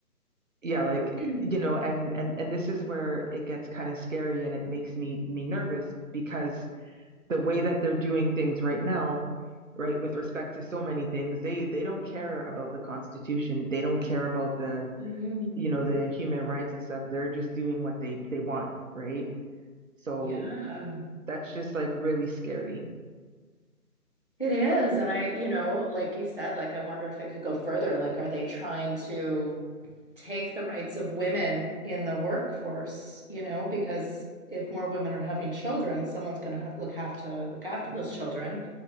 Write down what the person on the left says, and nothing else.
<clears throat>
Mm,
yeah,
it is. And I, you know, like you said, like I wonder if it could go further. Like, are they trying to take the rights of women in the workforce, you know, because if more women are having children, someone's going to ha look have to look after those children.